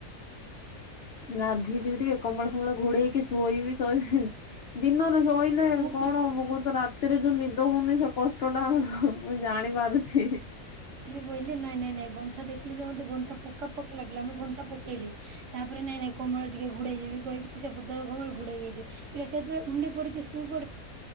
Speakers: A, on the left; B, on the right.
A: ଗାଧୋଇ ଯିବି ଟିକେ କମଳ ଫମଳ ଘୋଡେଇ ହେକି ଶୋଇବି ଶୋଇବି ହେଁ। ଦିନରେ ଶୋଇଲେ
B: ମୁଁ
A: କଣ
B: ବି
A: ହବ କହୁଛ ରାତିରେ ଯୋଉ ନିଦ ହଉନି ସେ କଷ୍ଟଟା ହାଁ। ମୁଁ ଜାଣି ପାରୁଛି।
B: ବୋଇଲେ ନାଇଁ ନାଇଁ ନାଇଁ ଗନ୍ଥା ଦେଖିଲି ଯୋ ମତେ ଗନ୍ଥା ପକା ପକା ଲାଗିଲା ମୁଁ ଗନ୍ଥା ପକେଇଲି। ତାପରେ ନାଇଁ ନାଇଁ କମଳ ଟିକେ ଘୋଡେଇହେବି କହିକି ସେ ପତଳା କମଳ ଘୋଡେଇ ହେଇଛି। ଏକାଥରେ ଉଣ୍ଡେ ପଡିିକି ସୁଇ ପଡେ।